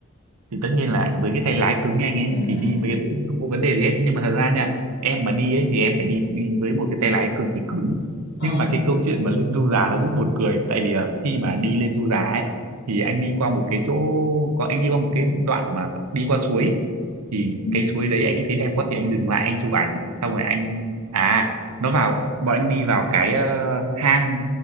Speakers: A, on the right; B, on the left.
A: thì tất nhiên là với cái tay lái cứng nhanh ấy
B: <laughs>
A: thì đi mấy cái đấy không có vấn đề gì hết nhưng mà thật ra nha em mà đi ấy thì em phải đi đi với một cái tay lái cực kỳ cứng
B: ờ
A: nhưng mà cái câu chuyện mà lên du già nó cũng buồn cười tại vì là khi mà đi lên du già ấy thì anh đi qua một cái chỗ có anh đi qua một cái đoạn mà đi qua suối thì
B: ừ.
A: cái suối đấy anh thấy đẹp quá thì anh dừng lại anh chụp ảnh xong rồi anh à nó vào bọn anh đi vào cái ờ, hang